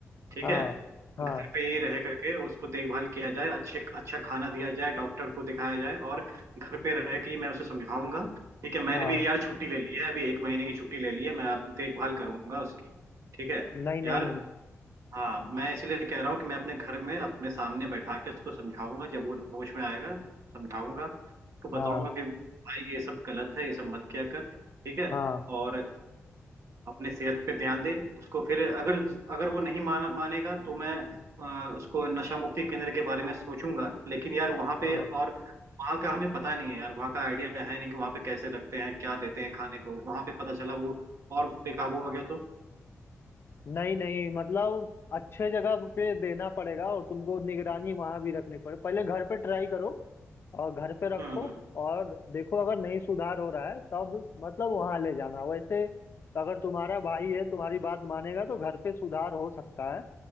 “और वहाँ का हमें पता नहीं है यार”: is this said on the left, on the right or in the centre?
Right